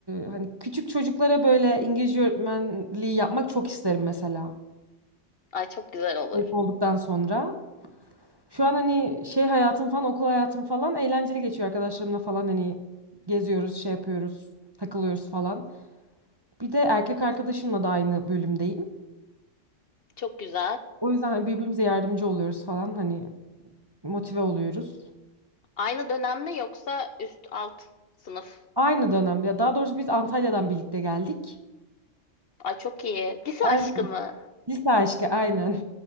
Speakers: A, on the right (about 25°); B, on the left (about 55°).
A: hani küçük çocuklara böyle İngilizce öğretmenliği yapmak çok isterim mesela.
B: Ay çok güzel olur.
A: Mezun olduktan sonra. Şu an hani şey hayatım falan, okul hayatım falan eğlenceli geçiyor arkadaşlarımla falan hani geziyoruz, şey yapıyoruz, takılıyoruz falan. Bir de erkek arkadaşımla da aynı bölümdeyim.
B: Çok güzel.
A: O yüzden hani birbirimize yardımcı oluyoruz falan hani motive oluyoruz.
B: Aynı dönem mi yoksa üst alt sınıf?
A: Aynı dönem ya daha doğrusu biz Antalya'dan birlikte geldik.
B: Ay çok iyi. Lise
A: Aynen.
B: aşkı mı?
A: Lise aşkı aynen.